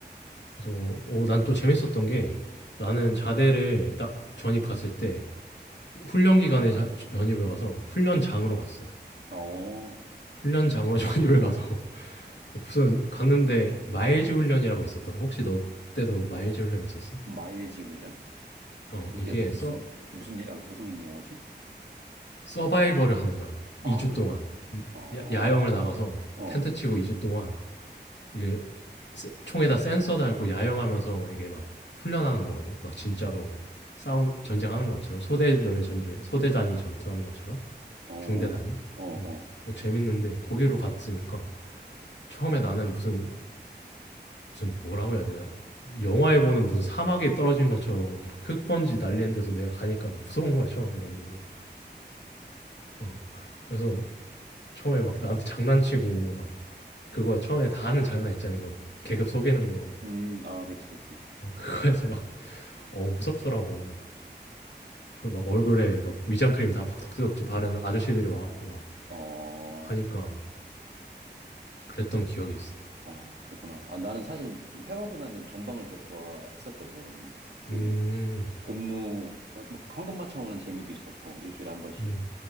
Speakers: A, on the left; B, on the right.
A: 그래서 어, 난또 재밌었던 게 나는 자대를 딱 전입 갔을 때 훈련 기간에 자- 전입을 가서 훈련장으로 갔어
B: 어.
A: 훈련장으로 <laughs> 전입을 가서 <laughs> 무슨 갔는데 마일즈 훈련이라고 있었거든 혹시 너 때도 마일즈 훈련 있었어?
B: 마일지 훈련? 그,
A: 어
B: 그게
A: 이게
B: 뭐, 무슨
A: 서
B: 무슨 예- 아, 무슨 용어지?
A: 서바이벌을 하는 거야
B: 아,
A: 2주
B: 그래?
A: 동안
B: 어, 어,
A: 야, 야영을 나가서
B: 어,
A: 텐트 치고 2주 동안 이게 세- 총에다 센서 달고 야영하면서 이게 막 훈련하는 거거든. 막 진짜로 싸운 전쟁하는 것처럼 소대별 전쟁, 소대 단위 전투하는 것처럼
B: 어,
A: 중대 단위.
B: 어.
A: 어, 어, 재밌는데 거기로 갔으니까 처음에 나는 무슨 무슨 뭐라고 해야 되냐? 영화에 보는 무슨 사막에 떨어진 것처럼 막 흙먼지 날리는 데서 내가 가니까 무서운 거야 처음에 너무. 어, 그래서 처음에 막 나한테 장난치고 막 그거 처음에 다 하는 장난 있잖아 이거 계급 속이는 거.
B: 음, 아, 그치, 그치.
A: 막 그거에서 막 어 무섭더라고 막, 그막 얼굴에 막 위장크림 다 막 덕지덕지 바른 아저씨들이 와갖고 막
B: 어,
A: 하니까 그랬던
B: 그-
A: 기억이 있어.
B: 아, 그랬구나. 아, 나는 사실 페바보다는 전방을 더 좋아했었거든. 그,
A: 음,
B: 근무, 어, 뭐, 황금 맞춰오는 재미도 있었고, 일주일에 한 번씩.
A: 음,